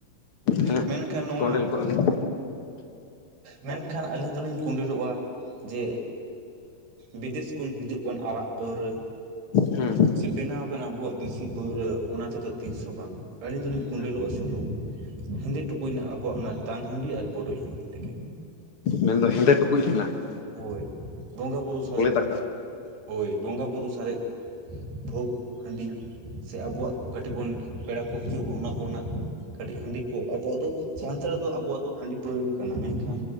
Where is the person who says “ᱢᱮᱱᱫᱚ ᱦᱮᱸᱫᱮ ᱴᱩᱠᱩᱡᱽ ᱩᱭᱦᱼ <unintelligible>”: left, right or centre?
Left